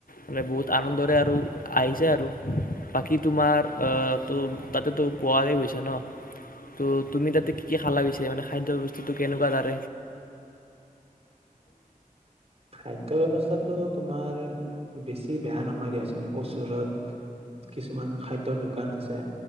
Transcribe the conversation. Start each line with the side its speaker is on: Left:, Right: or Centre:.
Left: মানে বহুত আনন্দৰে আৰু আহিছে আৰু বাকী তোমাৰ আহ ত তাতেতো পোৱাই গৈছা ন ত তুমি তাতে কি কি খালা পিছে মানে খাদ্য় বস্তুটো কেনেকুৱা দাৰ
Right: খাদ্য ব্যৱস্থাটো তোমাৰ বেছি বেয়া নহয় দিয়াচোন ওচৰত কিছুমান খাদ্যৰ দোকান আছে